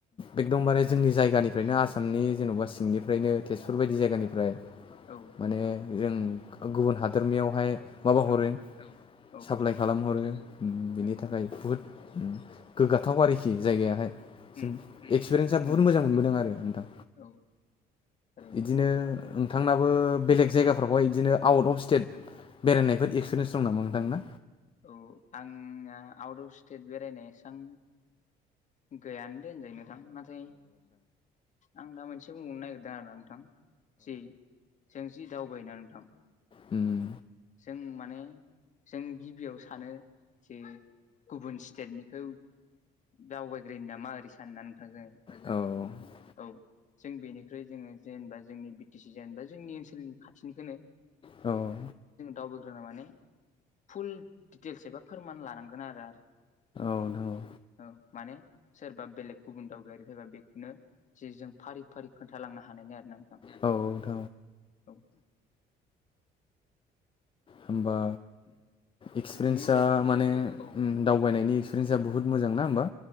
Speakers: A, on the left (about 30°); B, on the left (about 45°).
A: एकदमबारे जोंनि जायगानिफ्रायनो आस आसामनि जेन'बा सिंनिफ्रायनो तेजपुर बायदि जायगानिफ्राय
B: औ
A: माने जों गुबुन हादोरनियावहाय माबा हरो
B: औ औ
A: साप्लााय
B: थारैनो
A: खालामहरो बिनि
B: नंगौ
A: थाखाय
B: नोंथां
A: बुहुत गोग्गाथाव आरोखि खि जायगायाहाय
B: उम
A: एक्सपिरियेन्सा
B: नंगौ
A: बहुत मोजां मोनबोदों आरो नोंथां।
B: औ थारैनो
A: इदिनो नोंथांनाबो बेलेग जायगाफ्रावहाय बिदिनो आउट अफ स्टेट बेरायनायफोर एक्सपिरियेन्स दं नामा नोंथांना?
B: औ आंना आउट अफ स्टेट बेरायनायसां गैयानो दोनजायो नोंथां नाथाय आं दा मोनसे बुंहरनो नागिरदों आरो नोंथां जि सोंजि दावबायोना नोंथां
A: उम।
B: जों माने जों गिबियाव सानो जे गुबुन स्टेटनिखौ दावबायग्रोोन नामा ओरै साननानै
A: औ
B: औ जों बेनिख्रुइ जोङो जेनेबा जोंनि सि जेनब जोंनि ओनसोल खाथिनिखौनो
A: औ।
B: <unintelligible> माने फुल दिडिटेल्स एबा फोरमान लानांगोन आरो
A: औ नंगौ
B: औ माने सोरबा बेलेग गुबुन दावबायारि फैबा बेखौनो जे जों फारि फारि खोन्थालांनो हानायनि आरो ना नोंथां।
A: औथ
B: औ
A: होमबा एक्सपिरियेन्सा
B: बेबायदिनो
A: माने
B: औ
A: दावबायनायनि <unintelligible> बुहूत मोजां नाोमबा